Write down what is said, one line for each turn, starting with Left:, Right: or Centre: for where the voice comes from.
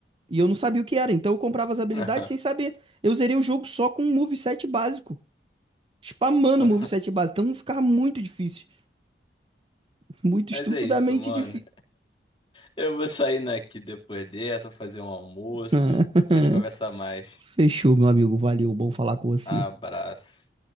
Right: E eu não sabia o que era. Então eu comprava as habilidades
Left: <laughs>
Right: sem saber. Eu zerei o jogo só com um moveset básico. Spamando
Left: Só-
Right: o moveset básico. Então ficava muito difícil. Muito
Left: Mas
Right: estupidamente
Left: é isso, mano.
Right: difícil.
Left: Eu vou saindo aqui depois dessa, vou fazer um almoço,
Right: <laughs>
Left: depois a gente conversa mais.
Right: Fechou, meu amigo. Valeu. Bom falar com você.
Left: Abraço.